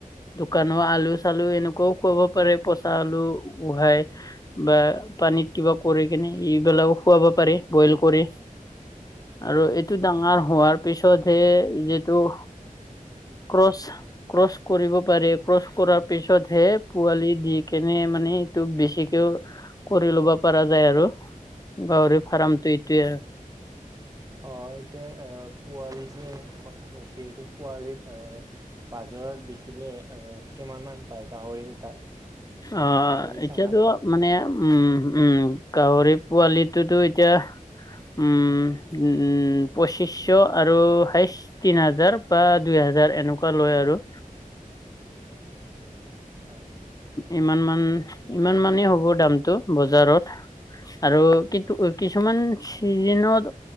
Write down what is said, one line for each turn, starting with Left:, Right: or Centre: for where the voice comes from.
Left: দোকানৰ আলু-চালু এনেকুৱাও খুৱাব পাৰে পচা আলু উহাই। বা পানীত কিবা কৰি কেনে এইবিলাকও খুৱাব পাৰে বইল কৰি। আৰু এইটো ডাঙৰ হোৱাৰ পিছতহে যিটো ক্ৰচ ক্ৰচ কৰিব পাৰে। ক্ৰচ কৰাৰ পিছতহে পোৱালি দি কেনে মানে এইটো বেছিকেও কৰি ল'ব পৰা যায় আৰু গাহৰি ফাৰ্মটো এইটোয়ে
Right: অ এতিয়া আহ পোৱালি যে কথা কৈছে এইটো পোৱালিত আহ বাজৰত বিচিলে অ কিমান মান পায় গাহৰি এটাত?
Left: অ
Right: গাহৰি
Left: এতিয়াটো
Right: চানাত
Left: মানে উম, উম, গাহৰি পোৱালিটোতো এতিয়া উম পঁচিছশ আৰু হাইষ্ট তিন হাজাৰ বা দুই হাজাৰ এনেকুৱা লয় আৰু।
Right: অ।
Left: ইমান মান, ইমান মানেই হ'ব দামটো বজাৰত। আৰু কিন্তু কিছুমান চিজিনত